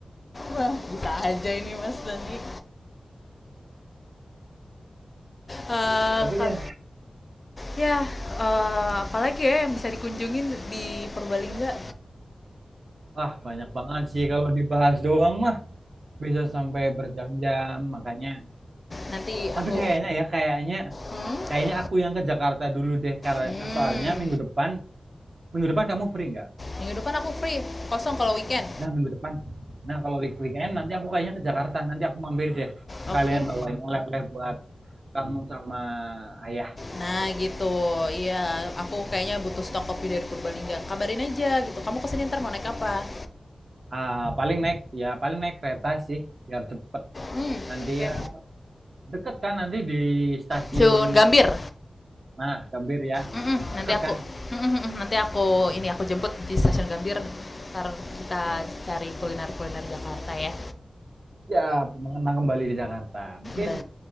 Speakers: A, on the left; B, on the right.
A: Wah bisa aja ini Mas Dani. Eh,
B: tapi ya
A: ya eee, apalagi ya yang bisa dikunjungin di Purbalingga?
B: Wah, banyak banget sih kalau dibahas doang mah bisa sampai berjam-jam makanya.
A: Nanti aku
B: Tapi kayaknya ya kayaknya
A: Mhm.
B: kayaknya aku yang ke Jakarta dulu deh karena
A: mmm,
B: soalnya minggu depan minggu depan kamu free nggak?
A: minggu depan aku free, kosong kalau weekend.
B: Nah minggu depan. Nah kalau week- weekend nanti aku kayaknya ke Jakarta nanti aku mampir deh sekalian
A: Oke.
B: bawain oleh-oleh buat kamu sama ayah.
A: Nah gitu, iya aku kayaknya butuh stok kopi dari Purbalingga. Kabarin aja gitu, kamu kesini ntar mau naik apa?
B: Ah, paling naik ya paling naik kereta sih biar cepet.
A: Mmm,
B: Nanti
A: oke.
B: ya deket kan nanti di stasiun.
A: Stasiun Gambir?
B: Nah Gambir ya
A: Mhm, nanti
B: deket
A: aku
B: kan?
A: mhm mhm, nanti aku ini, aku jemput di Stasiun Gambir, ntar kita
B: Oke.
A: cari kuliner-kuliner Jakarta ya.
B: Ya, mengenang kembali di Jakarta. Mungkin
A: Ba